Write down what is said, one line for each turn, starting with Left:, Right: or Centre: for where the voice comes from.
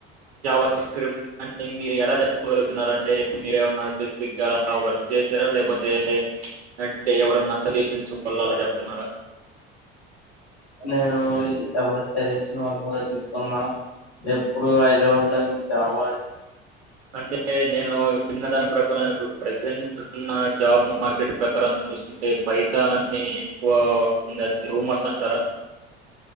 Right: జావ స్క్రిప్ట్ అంటె మీరు ఎలా చెప్పగలుగుతున్నారు అంటే మీరేమన్నా స్పెసిఫిక్గా అ వర్క్ చే. సరే లేకపోతే ప్చ్ అంటే ఎవరన్నా సజెషన్స్ వాళ్ళు అలా చెప్తున్నారా.
Left: నేను ఎవరి సజెషన్ వళ్ళనో చెప్పున్నా. ఎప్పుడు అయిదే ఉంటది జావ అని.
Right: అంటే నేను విన్న దాని ప్రకారం ఇప్పుడు ప్రజెంట్ ఉన్న జాబ్ మార్కెట్ ప్రకారం. చూసుకుంటే పైతాన్ అని. ఎక్కువ వస్తుంది అది రూమర్స్ అంటరా.